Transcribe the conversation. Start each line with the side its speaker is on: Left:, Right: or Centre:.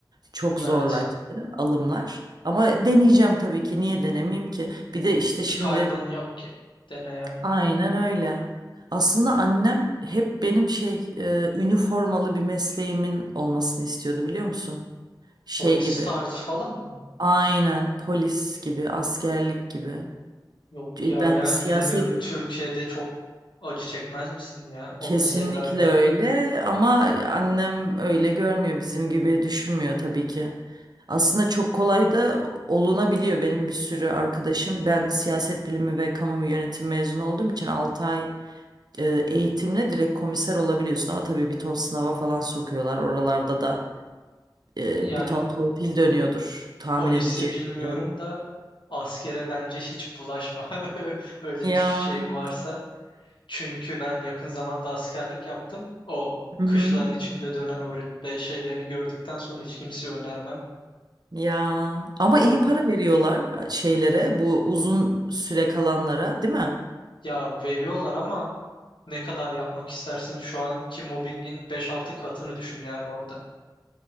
Right: çok zorlaştı
Left: Evet.
Right: alımlar. Ama deneyeceğim tabii ki. Niye denemeyeyim ki? Bir de işte
Left: Bir
Right: şimdi
Left: kaybın yok ki. Dene yani.
Right: Aynen öyle. Aslında annem hep benim şey e, üniformalı bir mesleğimin olmasını istiyordu biliyor musun? Şey
Left: Polis
Right: gibi.
Left: tarzı falan mı?
Right: Aynen polis gibi, askerlik gibi.
Left: Yok
Right: E,
Left: ya
Right: Ben
Left: yani
Right: siyaset
Left: bilmiyorum Türkiye'de çok acı çekmez misin ya o
Right: kesinlikle
Left: mesleklerde?
Right: öyle ama annem öyle görmüyor, bizim gibi düşünmüyor tabii ki. Aslında çok kolay da olunabiliyor. Benim bir sürü arkadaşım ben siyaset bilimi ve kamu yönetimi mezunu olduğum için 6 ay e, eğitimle direkt komiser olabiliyorsun ama tabii bir ton sınava falan sokuyorlar. Oralarda da e,
Left: Yani
Right: bir ton torpil dönüyordur tahmin
Left: polisi
Right: edeceğim
Left: bilmiyorum
Right: üzere.
Left: da askere bence hiç bulaşma. <laughs> Öyle
Right: Ya.
Left: bir şeyin varsa. Çünkü ben yakın zamanda askerlik yaptım. O
Right: Hı-hı.
Left: kışların içinde dönen o rütbe şeylerini gördükten sonra hiç kimseye önermem.
Right: Ya ama
Left: Ya,
Right: iyi
Left: o,
Right: para veriyorlar şeylere bu uzun süre kalanlara değil mi?
Left: ya veriyorlar ama ne kadar yapmak istersin? Şu anki mobbingin beş altı katını düşün yani orada.